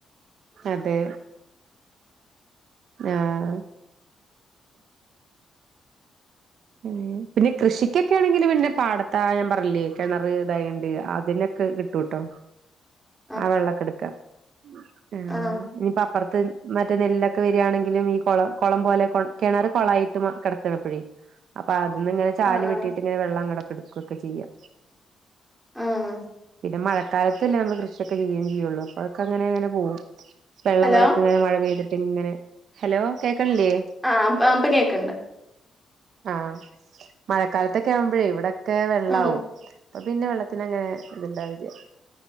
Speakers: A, on the right (about 70°); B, in the centre.
A: അതെ ആഹ് അങ്ങനെ പിന്നെ കൃഷിക്കെക്കേണെങ്കില് പിന്നെ പാടത്താ ഞാൻ പറഞ്ഞിലേ കെണറ് ഇതായിണ്ട് അതിന് ക്കഹ് കിട്ടൂട്ടോ
B: <inaudible>
A: ആ വെള്ളൊക്കെ ഇട്ക്കാ ആഹ്
B: ആ ആ
A: ഇഞ്പ്പൊ അപ്പർത്ത് മറ്റേ നെല്ലൊക്കെ വെരാണെങ്കിലും ഈ കൊള കൊളം പോലെ കെണറ് കൊളായിട്ട് മ കെടക്കാണ് ഇപ്പഴേ അപ്പ അതിന്ന് ഇങ്ങനെ ചാല്
B: ആ ആ
A: വെട്ടിട്ട് ഇങ്ങനെ വെള്ളം അങ്ങടൊക്കെ ഇട്ക്കൊക്കെ ചെയ്യാ
B: ആഹ്
A: പിന്നെ മഴക്കാലത്തല്ലേ നമ്മള് കൃഷിയൊക്കെ ചെയ്യും ചെയ്യൊള്ളൂ അപ്പൊ അഹ് ഒക്കെ അങ്ങനേങ്ങനെ പോവും വെള്ളം
B: ഹലോ
A: ഇവടൊക്കെ ഇങ്ങനെ മഴ പെയ്തിട്ട് ഇങ്ങനെ ഹലോ കേക്കണില്ലേ
B: ആം ആംപ്പ കേക്ക്ണ്ട്
A: ആഹ് മഴക്കാൽത്തെക്കെ ആവുമ്പഴേ ഇവ്ടൊക്കെ വെള്ളാവും
B: ആ
A: അപ്പൊ പിന്നെ വെള്ള ത്തിനങ്ങനെ ഇത്ണ്ടാവില്ല്യ